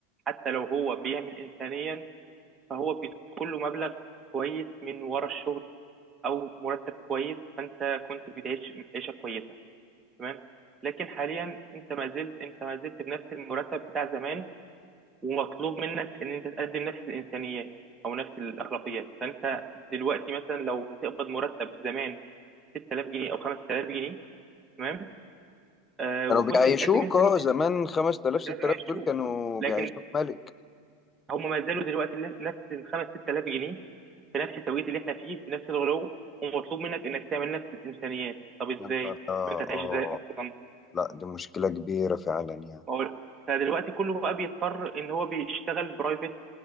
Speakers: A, on the right; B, on the left.
A: حتى لو هو بيعمل انسانيا فهو بيدخل له مبلغ كويس من ورا الشغل او مرتب كويس فانت كنت بتعيش عيشه كويسه تمام لكن حاليا انت ما زلت انت ما زلت بنفس المرتب بتاع زمان ومطلوب منك ان انت تقدم نفس الانسانيات او نفس الاخلاقيات فانت دلوقتي مثلا لو هتقبض مرتب زمان 6000 جنيه او 5000 جنيه تمام آه
B: كانوا
A: وكنت
B: بيعيشوك
A: بتقدم انسانيات
B: اه زمان 5000
A: فده
B: 6000
A: بقى هيشوف.
B: دول كانوا
A: لكن
B: بيعيشوك ملك
A: هم ما زالوا دلوقتي نفس ال 5 6000 جنيه في نفس التوقيت اللي احنا فيه بنفس الغلو ومطلوب منك انك تعمل نفس الانسانيات طب ازاي
B: يا نهار اه
A: انت هتعيش
B: آه.
A: ازاي اصلا
B: لا دي مشكلة كبيرة فعلا يعني
A: ما هو- فدلوقتي كله بقى بيضطر ان هو بيشتغل برايفت